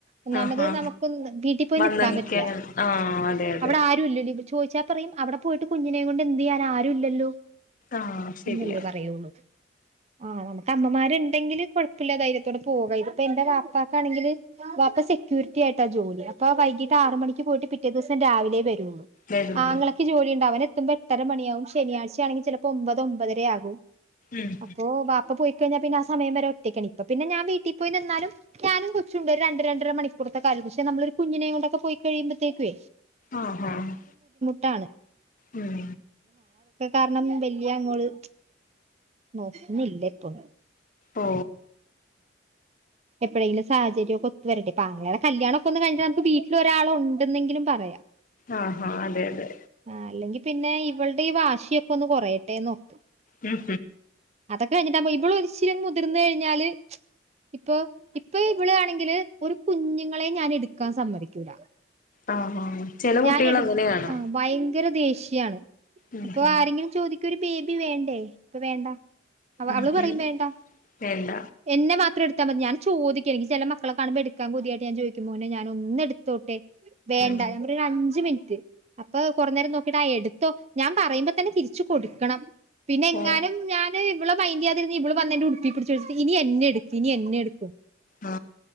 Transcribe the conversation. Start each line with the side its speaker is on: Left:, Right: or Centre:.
Right: ഓനമത്
Left: ആഹാ
Right: നമുക്ക് വീട്ടിൽ പോയി
Left: വന്ന്
Right: നിക്കാൻ പറ്റില്ല
Left: ആ അതെ അതെ
Right: അവിടെ ആരും ഇല്ലല്ലോ ഇ ചോദിച്ചാൽ പറയും അവിടെ പോയിട്ട് കുഞ്ഞിനെ കൊണ്ട് എന്ത് ചെയ്യാൻ ആരുും ഇല്ലല്ലോ
Left: ആ ശരിയാ
Right: ഇല്ലേ പറയുള്ളൂ ആ നമുക്ക് അമ്മമാര്ണ്ടെങ്കില് കൊഴപ്പില്ല ധൈര്യത്തോടെ പോക ഇതിപ്പൊ എന്റെ വാപ്പ ണെങ്കില് വാപ്പ സെക്യൂരിറ്റിയായിട്ടാ ജോലി അപ്പ വൈകിട്ട് ആറ്മണിക്ക് പോയിട്ട് പിറ്റേ റ്റേ ദീസം രാവിലെ വരും
Left: വരും
Right: ആങ്ങളക്ക് ജോലി ഉണ്ട് അവനെത്തുമ്പോ എട്ടര മണിയാവും ശനിയാഴ്ച ണെങ്കി ചെലപ്പോ ഒമ്പത് ഒമ്പതരെ ആകും
Left: ഉം
Right: അപ്പൊ വാപ്പ പോയി കയ്ഞാ പിന്നാ സമയംവര ഒറ്റക്കാണ് ഇപ്പ പിന്ന ഞാ വീ ട്ടീപ്പോയി നിന്നാലും ഞാനും കൊച്ചുണ്ട് ഒരു രണ്ട് രണ്ടരമണിക്കൂറത്തെക്കൊലും പക്ഷെ നമ്മളൊരു കുഞ്ഞിനെം കൊണ്ടൊക്ക പോയ്ക്കഴിയുമ്പള്ത്തേക്ക
Left: ആ ഹാ ഹാ
Right: ട്ടാണ്
Left: ഉം
Right: കാരണം വല്യ അങ്ങോള് നോക്കുന്നില്ല ഇപ്പൊന്നും
Left: ഓ
Right: എപ്പോഴെങ്കിലും സാഹചര്യക്കെ ഒത്തു വരട്ടെ പ്പാങ്ങളടെ കല്യാണൊക്കെ ഒന്ന് കഴിഞ്ഞ നമുക്ക് വീട്ടിൽ ഒരാളൊണ്ടെന്നെങ്കിലും പറയാം
Left: ആഹ ഹാ അതെ അതെ
Right: ആ അല്ലെങ്കി പിന്നെ ഇവളുടെ ഈ വാശിയൊക്കെ ഒന്ന് കൊറയട്ടെന്ന് നോക്കു
Left: ഉം
Right: അതൊക്കെ കഴഞ്ഞിട്ടാ ഇവള ഒച്ചരി മുതിർന്ന കഴിഞ്ഞാല് ഇപ്പൊ ഇപ്പൊ ഇവള് ആണെങ്കില് ഒരു കുഞ്ഞുങ്ങളെ ഞാൻ എടുക്കാൻ സമ്മതിക്കൂല
Left: ആ ആ ചെല കുട്ടികൾ
Right: ഞാൻ എടു
Left: അങ്ങനെയാണ്
Right: ആഹ് ഭയങ്കര ദേഷ്യാണ്
Left: ഉം
Right: അപ്പൊ
Left: ഉം
Right: ആരെങ്കിലും ചോദിക്ക ക്കൊ ഒരു ബേബി വേണ്ടേ ഇപ്പൊ വേണ്ട അവ
Left: ഉം
Right: അവള് പറയും
Left: ഉം
Right: വേണ്ട
Left: വേണ്ട
Right: എന്നെ മാത്രം എടു ഞൻ ചോദിക്കു എനിക്ക് ചെല മക്കളെ കാണുമ്പോ എടുക്കാ കൊതിയായിട്ട് ഞാൻ ചോദിക്കും മോനെ ഞാനൊന്നെടുത്തോട്ടെ വേണ്ട
Left: ഉം
Right: അഞ്ച് മിനിറ്റ് അപ്പൊ കൊറ നേരം നോക്കിട്ടാ എടുത്തോ ഞാൻ പറയുമ്പോ തന്നെ തിരിച്ചു കൊടുക്കണം പിന്നെ എങ്ങാനും
Left: ഓ
Right: ഞാന് ഇവ്ളെ മൈന്റ്യാതിരുന്നാ ഇവിള് വന്നന്റെ ഉടുപ്പി പിടിച്ച്ച്ചീട്ട് ഇനി എന്നെ എടുക്ക ഇനി എന്നെ എടു
Left: ആ